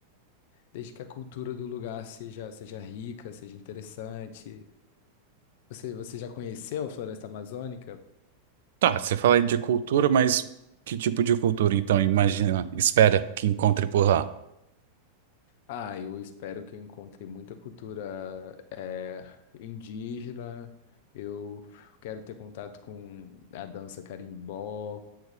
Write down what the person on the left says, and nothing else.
desde que a cultura do lugar seja, seja rica, seja interessante. Você, você já conheceu a Floresta Amazônica?
Ah, eu espero que eu encontre muita cultura eh, indígena. Eu quero ter contato com a dança carimbó,